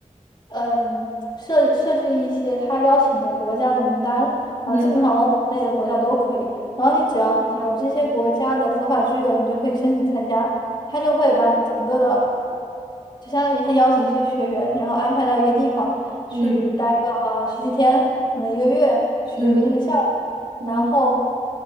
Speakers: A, on the left; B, on the right.
A: 嗯设设置一些他邀请的国家的名单。然后基本上欧盟内的国家都可以。
B: 嗯
A: 然后你只要有这些国家的合法居留，你就可以申请参加。他就会把你整个的，就相当于他邀请一些学员，然后安排到一个地方去待个呃十几天，
B: 嗯
A: 可能一个月，取决于那个项目。
B: 嗯嗯嗯
A: 然后，